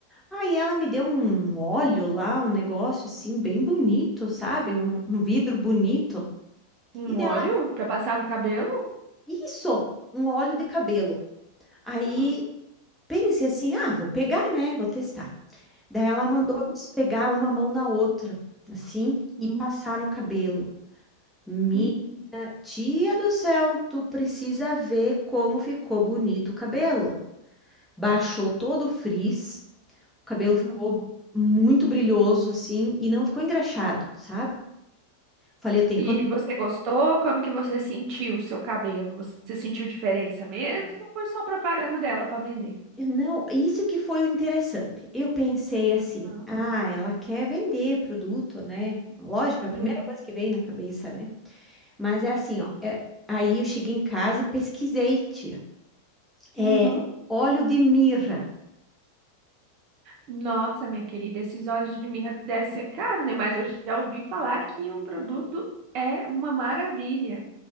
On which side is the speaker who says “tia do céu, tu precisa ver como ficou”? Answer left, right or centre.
Centre